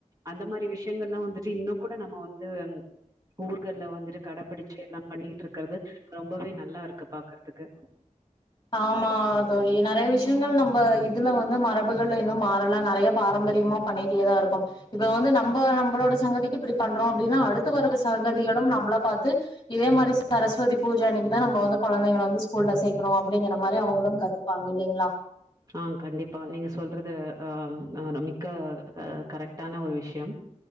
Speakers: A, on the right; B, on the left.
A: அந்த மாரி விஷயங்கல்லா வந்துட்டு இன்னு கூட நம்ம வந்து ஊர்கள்ல வந்துடு கடபிடிச்சு எல்லா பண்ணிட்டுருக்கறது ரொம்பவே நல்லா இருக்கு பாக்கற்துக்கு
B: ஆமா தோழி நெறய விஷயங்கள் நம்ம இதுல வந்து மரபுகள்ல இன்னும் மாறல நெறய பாரம் பரியமா பண்ணிட்டேதா இருக்கோம் இப்ப வந்து நம்ப நம்பளோட சங்கதிக்கு இப்பிடி பண்றோ அப்டினா அடுத்து வர சங்கதிகளும் நம்பள பாத்து இதே மாரி சரஸ்வதி பூஜ அன்னிக்குதா நம்ம வந்து கொழந்தைங்கள வந்து ஸ்கூல்ல சேக்கணு அப்புடிங்கிற மாரி அவங்களும் கத்துப்பாங்க இல்லிங்ளா
A: அ கண்டிப்பா நீங்க சொல்றது அ மிக்க அ கரெக்டான ஒரு விஷ்ய யம்